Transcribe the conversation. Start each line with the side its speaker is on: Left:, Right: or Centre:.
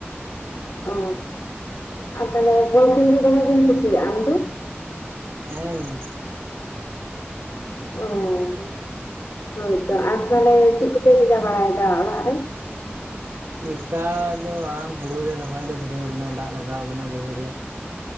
Left: ᱚ ᱟᱨ ᱛᱟᱦᱞᱮ ᱵᱚᱞ ᱠᱷᱮᱞ ᱫᱚ ᱫᱚᱢᱮ ᱜᱮᱢ ᱠᱩᱥᱤᱭᱟᱜᱼᱟ ᱟᱢ ᱫᱚ?
Right: ᱦᱮᱸᱻ
Left: ᱚ, ᱦᱳᱭᱛᱚ, ᱟᱨ ᱛᱟᱦᱞᱮ ᱪᱮᱜ ᱠᱚᱯᱮ ᱪᱮᱠᱟ ᱵᱟᱲᱟᱭᱫᱟ ᱚᱲᱟᱜ ᱨᱮ?
Right: ᱪᱮᱠᱟ ᱫᱚ ᱵᱟᱝ ᱦᱩᱲᱩ ᱨᱮ ᱨᱚᱦᱚᱭ ᱞᱮ ᱫᱷᱩᱨᱟᱹᱣ ᱠᱟᱱᱟ, ᱫᱟᱜ ᱞᱟᱜᱟᱣ ᱠᱟᱱᱟ ᱵᱟᱹᱭᱦᱟᱹᱲ ᱨᱮ᱾